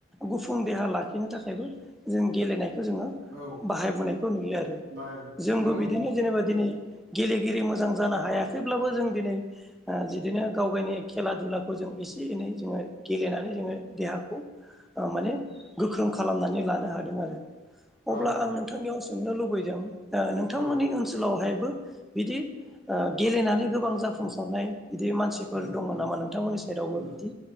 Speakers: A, in the centre; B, on the right.
A: गु फुं देहा लाखिनो थाखायबो जों गेलेनाय जोङो
B: औ
A: बाहायबोनायखौ नुयो आरो।
B: बाहायबाय
A: जोंबो
B: नंगौ
A: बिदिनो
B: नंगौ
A: जेनोबा दिनै गेलेगिरि मोजां जानो हायाखैब्लाबो जों दिनै ओ बिदिनो गाव गावनि खेला दुलाखौ जों एसे एनै जोङो गेलेनानै जोङो देहाखौ ओ माने गोख्रों खालामनानै लानो हादों आरो। अब्ला
B: औ औ
A: आं नोंथांनियाव सोंनो लुबैदों ओ नोंथांमोननि
B: औ
A: ओनसोलावहाय बो बिदि ओ गेलेनानै गोबां जाफुंसारनाय बिदि मानसिफोर
B: उम
A: दङ
B: उम
A: नामा नोंथांमोननि साइडआवबो
B: उम
A: बिदि